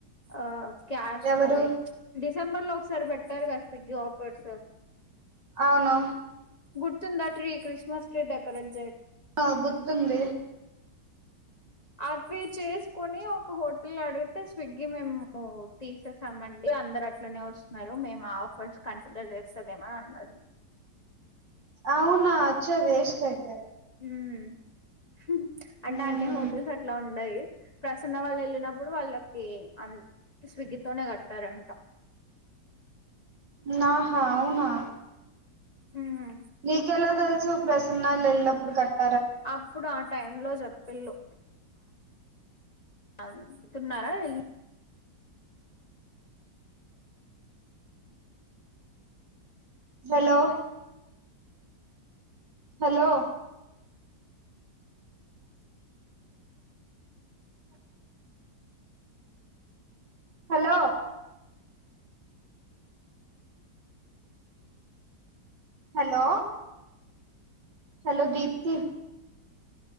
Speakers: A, on the left; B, on the right.
A: ఆ క్యాష్
B: ఎవరు
A: అదే స్ డిసెంబర్ లో ఒకసారి పెట్టారు కదా స్విగ్గీ ఆఫర్స్
B: అవును.
A: గుర్తుందా ట్రీ క్రిస్మస్ ట్రీడకొరేట్
B: ఆ గుర్తుంద
A: అది చేసుకుని ఒక హోటల్ అడిగితే స్విగ్గీ మేము తీసేసామండి అందరు అట్లనే వస్తున్నారు మేము ఆ ఆఫర్స్ కన్సిడర్ చేస్తదేమని అన్నారు
B: అవునా వచ్చే వేస్ట్ అయితే
A: ఉమ్ అంటే
B: హ్మ్.
A: అన్ని హోటల్స్ అట్ల ఉన్నాయి ప్రసన్నం వాళ్ళు వెళ్ళినప్పుడు వాళ్ళకి అన్ స్విగ్గితోనే కట్టారంట
B: నాహ అవున
A: ఉమ్
B: మీకెల తెలుసు ప్రసన్న వాల్లు వెల్లప్పుడు కట్ట
A: అప్పుడు అట్ టైమ్ లో చెప్పెళ్ళు అందుతున్నారా వె
B: hello hello hello hello hello Deepti